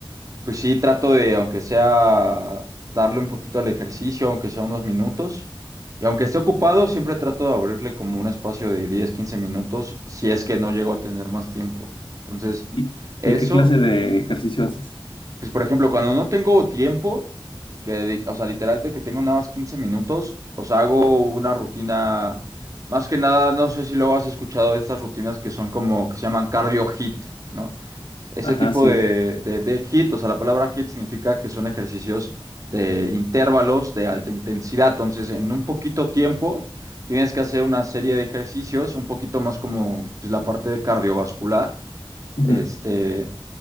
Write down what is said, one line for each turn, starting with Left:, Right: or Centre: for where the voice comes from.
Right: pues sí, trato de, aunque sea, darle un poquito al ejercicio, aunque sea unos minutos. Y aunque esté ocupado, siempre trato de abrirle como un espacio de 10, 15 minutos, si es que no llego a tener más tiempo. Entonces,
Left: ¿Y,
Right: eso,
Left: y qué clase de ejercicio haces?
Right: pues por ejemplo, cuando no tengo tiempo, que, de- o sea, literal de que tengo nada más 15 minutos, o sea, hago una rutina, más que nada, no sé si lo has escuchado de estas rutinas que son como, que se llaman cardio hit, ¿no? ese
Left: Ajá,
Right: tipo
Left: sí.
Right: de, de, de hit, o sea, la palabra hit significa que son ejercicios de intervalos de alta intensidad. Entonces, en un poquito tiempo tienes que hacer una serie de ejercicios, un poquito más como pues, la parte de cardiovascular,
Left: Ujú,
Right: este,